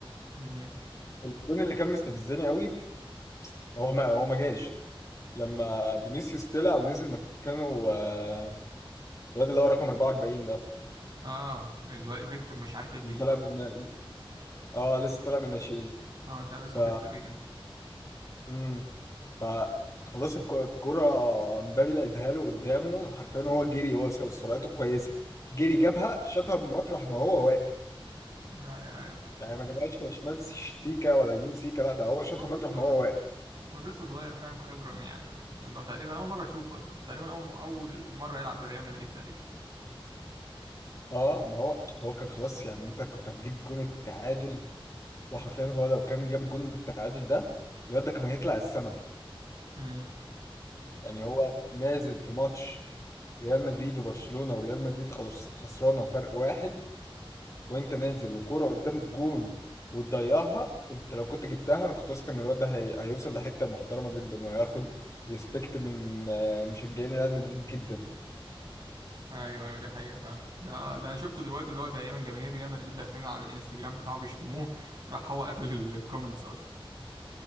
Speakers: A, on the right; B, on the left.
A: مم.
B: الجون اللي كان مستفزني قوي هو ما هو ما جاش لما فينيسيوس طلع ونزل مكانه آه، الواد اللي هو رقم 44 ده
A: اه الو- فيكتور مش عارف الجديد
B: اللي طلع
A: ده
B: من اه لسه طالع من الناشئين
A: اه مش عارف اسمه
B: ف
A: فيكتور ايه كده
B: امم ف خلاص الك- الكرة مبابي لعبها له قدامه حرفيا هو جري هو س- سرعته كويسة جري جابها شاطها من مطرح ما هو واقف
A: ايوه ايوه
B: يعني ما جابهاش لا شمال س- سيكا ولا يمين سيكا لا ده هو شاطها
A: هو
B: مطرح
A: برضه
B: ما هو واقف
A: هو لسه صغير فاهم خبرة يعني ده تقريبا أول مرة أشوفه أصلا تقريبا أول أول مرة يلعب لريال مدريد تقريبا
B: اه ما هو هو كان خلاص يعني انت كنت هتجيب جون التعادل وحرفيا هو لو كان جاب جون التعادل ده الواد ده كان هيطلع السما
A: مم.
B: يعني هو نازل في ماتش ريال مدريد وبرشلونة وريال مدريد خلاص خسرانة فرق واحد وانت نازل وكوره قدام الجون وتضيعها انت لو كنت جبتها انا كنت واثق ان الواد ده هي... هيوصل لحته محترمه جدا وهياخد ريسبكت من آه، مشجعين ريال مدريد جدا
A: ايوه ايوه دي حقيقة فعلا ده ده انا شفته دلوقتي اللي هو تقريبا جماهير ريال مدريد داخلين على الانستجرام بتاعه بيشتموه راح هو قافل الكومنتس اصلا